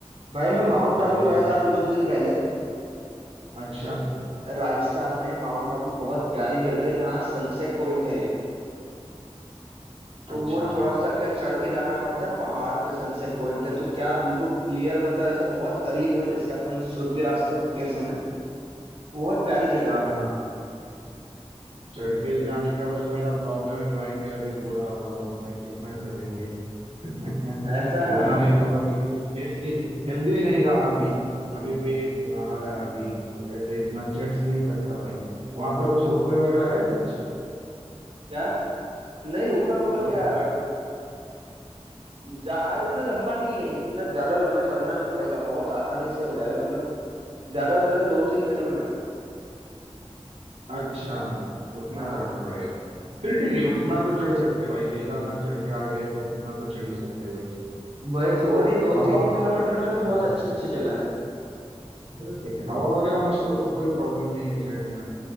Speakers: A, on the right; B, on the right.
A: भाई
B: हैं
A: मैं माउंट
B: अपना
A: आबू
B: रहने
A: गया
B: का
A: था अभी कुछ दिन पहले
B: अच्छा
A: राजस्थान में है माउंट आबू बहुत प्यारी जगह है जहाँ सनसेट पॉइंट है एक। तो
B: अच्छा
A: वो थोड़ा सा क्या चढ़ के जाना पड़ता है पहाड़ पे सनसेट पॉइंट है तो क्या बिल्कुल क्लियर मतलब ऐसा बहुत करीब हो जैसे अपन सूर्यास्त के समय बहुत प्यारी जगह
B: हाँ
A: है भाई
B: हाँ चढ़ के जाने का बस मेरा प्रॉब्लम है भाई कि अभी बूढ़ा हो रहा हूँ भाई कितना चलेंगे <laughs> बूढ़ा
A: ऐसा <laughs>
B: नहीं हो रहा हूँ, लेकिन हेल्दी हेल्दी नहीं रहा अभी अभी पेट आ रहा है अभी तो कैसे इतना चढ़ नहीं सकता भाई वहां पर कुछ रोपवे वगैरह है कुछ
A: क्या नहीं रुपए ऊपर
B: रोपवे
A: क्या जा आ, इतना लंबा नहीं है इतना ज्यादा लंबा चढ़ना नहीं पड़ेगा बहुत आसानी से हो जाएगा मतलब ज्यादा से ज्यादा दो तीन किलोमीटर
B: अच्छा उतना
A: हाँ
B: चढ़ना पड़ेगा फिर
A: हम्म
B: ठीक है उतना तो चढ़ सकते भाई केदारनाथ चढ़ के आ गए तो उतना तो चढ़ ही सकते भाई
A: वही तो और ये दो
B: हवा
A: तीन किलोमीटर में भी
B: हाँ
A: बहुत अच्छी अच्छी जगह है
B: फिर ठीक है हवा वगैरह मस्त हो तो कोई प्रॉब्लम नहीं है चढ़ने में